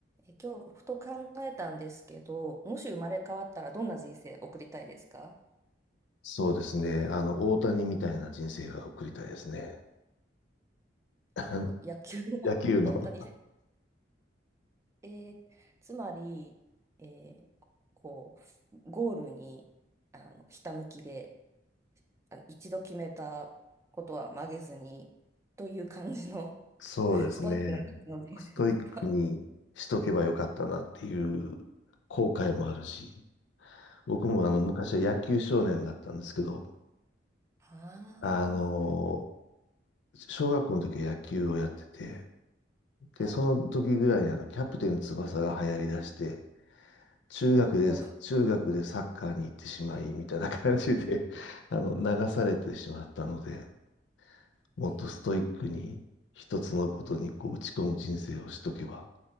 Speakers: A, on the right (about 15°); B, on the left (about 70°).
A: え、今日ふと考えたんですけど、もし生まれ変わったらどんな人生送りたいですか
B: そうですね。あの、大谷みたいな人生が送りたいですね。<laughs>
A: あの野球の
B: 野球の。
A: <laughs> 大谷選手。えーつまり、えーこうゴールにあのひたむきであの一度決めたことは曲げずにという感じの
B: そうですね。
A: <laughs> ストイックな感じの人生ですか
B: ストイックにしとけばよかったなっていう後悔もあるし、僕もあの、昔は野球少年だったんですけど、
A: ああー、
B: あの、
A: なるほ
B: 小学校の時は野球をやってて、で、
A: ど。
B: その時ぐらいにあの、
A: はい。
B: キャプテン翼が流行り出して、中学で、
A: おっと。
B: 中学でサッカーに行ってしまい、みたいな感じで、あの、流されてしまったので、もっとストイックに一つのことにこう打ち込む人生をしとけば
A: えー、